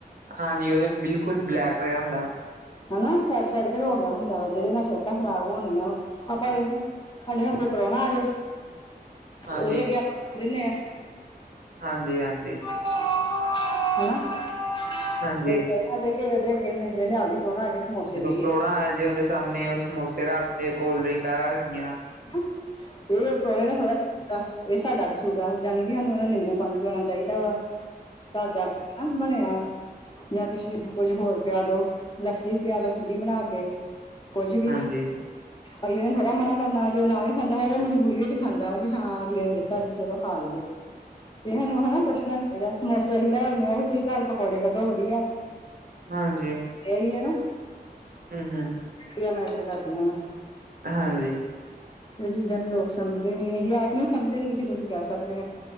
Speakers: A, on the right; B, on the left.
A: ਹਾਂਜੀ ਉਹਦੇ ਬਿਲਕੁਲ ਬਲੈਕ ਹੋਇਆ ਹੁੰਦਾ।
B: ਹਨਾ ਸੜ ਸੜ ਕੇ ਹੋ ਗਿਆ ਹੁੰਦਾ ਵਾ ਜਿਹਦੇ ਨਾਲ ਸਿਹਤਾਂ ਖਰਾਬ ਹੋਣਗੀਆਂ ਵਾ। ਆਪਾਂ ਵੇਖ ਸਾਡੇ ਹੁਣ ਕੋਈ ਪ੍ਰਾਹੁਣਾ ਆਜੇ
A: ਹਾਂਜੀ
B: ਉਹਦੇ ਅੱਗੇ ਆਪਾਂ। ਫਿਰ ਇੰਨੇ ਆ <inaudible>
A: ਹਾਂਜੀ-ਹਾਂਜੀ।
B: ਹਨਾ <unintelligible>
A: ਹਾਂਜੀ,
B: <unintelligible> ਲਿਆਓ ਜੀ ਪ੍ਰਾਹੁਣਾ ਆ ਗਿਆ। ਸਮੋਸੇ
A: ਜਦੋਂ
B: ਦੇਈਏ
A: ਪ੍ਰਹੁਣਾ ਆਇਆ ਸੀ ਅੱਦੇ ਸਾਹਮਣੇ ਉਹ ਸਮੋਸੇ ਰੱਖਤੈ ਕੋਲਡ ਡਰਿੰਕਾਂ ਰੱਖਦੀਆਂ।
B: <unintelligible> ਇਹ ਪ੍ਰਾਹਣੇ ਦਾ ਥੋੜਾ ਆਹ ਇਹ ਸਾਡਾ ਕਸੂਰ ਆ ਯਾਣੀ ਕਿ ਸਾਨੂੰ ਉਹ ਨਿੰਬੂ ਪਾਣੀ ਪਿਉਣਾ ਚਾਹੀਦਾ ਵਾ। ਘਰ ਦਾ <unintelligible> ਬਣਿਆ। ਜਾਂ ਤੁਸੀਂ ਕੁੱਝ ਹੋਰ ਪਿਆ ਦੋ ਲੱਸੀ ਪਿਆ ਦੋ ਠੰਡੀ ਬਣਾ ਕੇ ਕੁੱਝ ਵੀ।
A: ਹਾਂਜੀ।
B: ਅਗਲੇ ਨੇ ਥੋੜ੍ਹਾ ਮਨਾ ਕਰਨਾ ਜੇ ਨਾ ਵੀ ਖਾਂਦਾ ਹੈਗਾ ਮਜਬੂਰੀ ਵਿੱਚ ਖਾਂਦਾ ਵਾ ਕਿ ਹਾਂ ਅਗਲੇ ਨੇ ਦਿੱਤਾ ਸੀ ਚਲੋ ਖਾ ਲਈਏ। ਇਹ ਸਾਨੂੰ ਹਨਾ ਪੁੱਛਣਾ ਚਾਹੀਦਾ ਸਮੋਸੇ ਅਸੀਂ ਲਿਉਣੇ ਉਹੀ ਤੁਸੀਂ ਘਰ ਪਕੌੜੇ ਕੱਢੋ ਵਧੀਆ।
A: ਹਾਂਜੀ।
B: ਇਹੀ ਹੈ ਨਾ।
A: ਹਮ- ਹਮ।
B: ਇਹ ਮੈਟਰ ਕਰਦੀਆਂ ਵਾ।
A: ਹਾਂਜੀ।
B: ਇਹ ਚੀਜ਼ਾਂ ਨੂੰ ਲੋਕ ਸਮਝਦੇ ਨੀ ਅਸੀਂ ਆਪ ਨੀ ਸਮਝਦੇ ਅਸੀਂ ਕਿਸੇ ਨੂੰ ਕੀ ਕਹਿ ਸਕਦੇ ਹਾਂ।